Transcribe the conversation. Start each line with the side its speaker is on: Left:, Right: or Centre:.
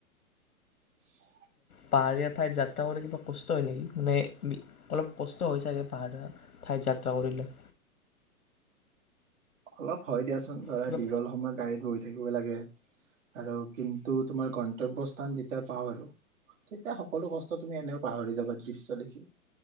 Right: <unintelligible>
Left: পাহাৰীয়া ঠাইত যাত্ৰা কৰি কিবা কষ্ট হয় নেকি, মানে অলপ কষ্ট হৈ ছাগে পাহাৰীয়া ঠাইত যাত্ৰা কৰিলে।
Right: অলপ হয় দিয়াচোন। ধৰা
Left: কিবা
Right: দীঘল সময়ৰ গাড়ীত বহি। থাকিব লাগে আৰু কিন্তু তোমাৰ গন্তব্যস্থান যেতিয়া পাওঁ আৰু তেতিয়া সকলো কষ্ট তুমি এনেও পাহৰি যাবা দৃশ্য দেখি